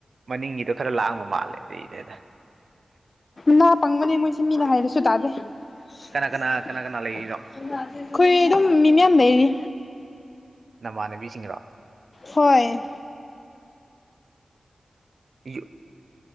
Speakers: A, on the right (about 65°); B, on the left (about 45°).
A: ꯃꯅꯤꯡꯒꯤꯗꯣ ꯈꯔ ꯂꯥꯡꯕ ꯃꯥꯜꯂꯦ ꯑꯗꯨꯗꯩꯅꯦꯗ
B: ꯅꯥ ꯄꯪꯕꯅꯦ ꯃꯣꯏꯁꯦ ꯃꯤꯅ ꯍꯥꯏꯕꯁꯨ ꯇꯥꯗꯦ ꯑꯩꯈꯣꯏ
A: ꯀꯅꯥ ꯀꯅꯥ ꯀꯅꯥ ꯀꯅꯥ ꯂꯩꯔꯤꯅꯣ
B: ꯑꯗꯨꯝ ꯃꯤ ꯃꯌꯥꯝ ꯂꯩꯔꯤ
A: ꯅꯃꯥꯟꯅꯕꯤꯁꯤꯡꯔꯣ
B: ꯍꯣꯏ
A: <unintelligible>